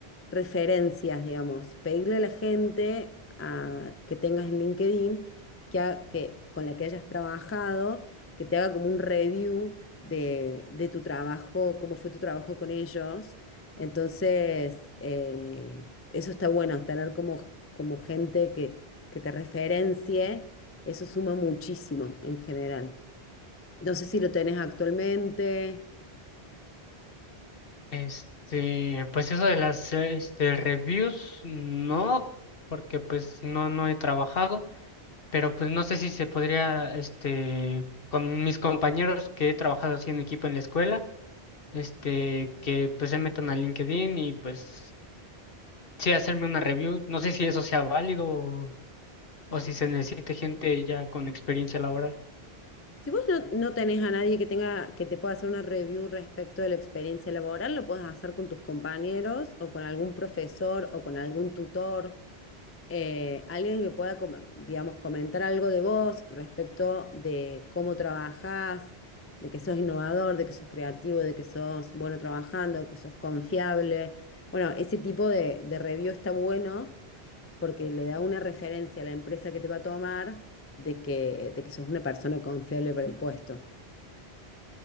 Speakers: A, on the left; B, on the left.
A: referencias, digamos, pedirle a la gente a- que tengas en LinkedIn que, ha- que- con la que hayas trabajado, que te haga como un review de, de tu trabajo, cómo fue tu trabajo con ellos. Entonces, eh, eso está bueno, tener como, como gente que, que te referencie, eso suma muchísimo en general. No sé si lo tenés actualmente.
B: Este, pues eso de las este, reviews, no, porque pues no, no he trabajado. pero pues no sé si se podría, este, con mis compañeros que he trabajado así en equipo en la escuela, este, que pues se metan a LinkedIn y pues sí hacerme una review. No sé si eso sea válido o, o si se necesite gente ya con experiencia laboral.
A: Si vos no, no tenés a nadie que tenga, que te pueda hacer una review respecto de la experiencia laboral, lo puedes hacer con tus compañeros o con algún profesor o con algún tutor, eh, alguien que pueda, com- digamos, comentar algo de vos respecto de cómo trabajás, de que sos innovador, de que sos creativo, de que sos bueno trabajando, de que sos confiable. Bueno, ese tipo de, de review está bueno porque le da una referencia a la empresa que te va a tomar de que, de que sos una persona confiable para el puesto.